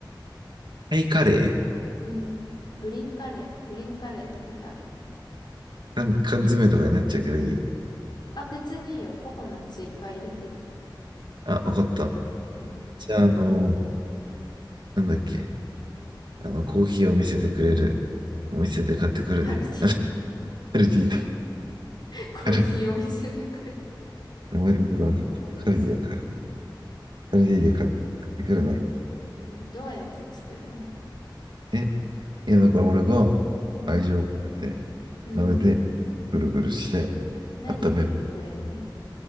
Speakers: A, on the right; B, on the left.
A: タイカレー
B: うん。グリーンカレー、グリーンカレー食べたい。
A: 缶、缶詰とかになっちゃうけどいい
B: あ、別にいいよ。ココナッツいっぱい入れてね。
A: あ、わかった。
B: うん。
A: じゃあ、あのーなんだっけ。あの、コーヒーを見せてくれる。お店で買ってくるね。
B: ハルティ
A: <laughs> あカルディだ。
B: <laughs> コーヒーお店でくれ。
A: カル名前出てこなかった。
B: <laughs> わかりやす。
A: カルディアから。カルディで買ってくるね。
B: うん。どうやって作るの
A: え、いや、だから俺が愛情を込めて、
B: うん。うん。
A: 舐めて、ぐるぐるして、
B: 何入れてくれんの
A: 温める。